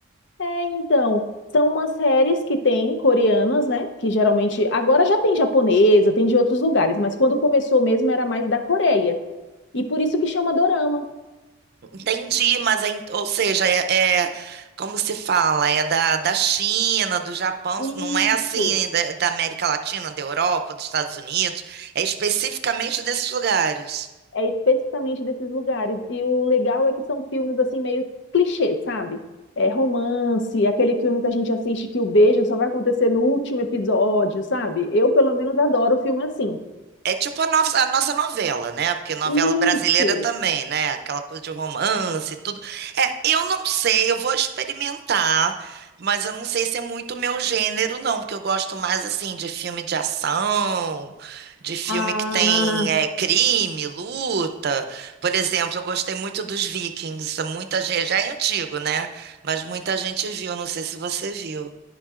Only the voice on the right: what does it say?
Entendi, mas, é in- ou seja, é, é- como se fala, é da, da China, do Japão,
não é assim da, da América Latina, da Europa, dos Estados Unidos, é especificamente desses lugares.
É tipo a nossa, a nossa novela, né? Porque novela
brasileira também, né? Aquela coisa de romance e tudo. É, eu não sei, eu vou experimentar, mas eu não sei se é muito meu gênero, não, porque eu gosto mais, assim, de filme de ação, de filme
que tem é, crime, luta. Por exemplo, eu gostei muito dos Vikings, muita gente, já é antigo, né? Mas muita gente viu, não sei se você viu.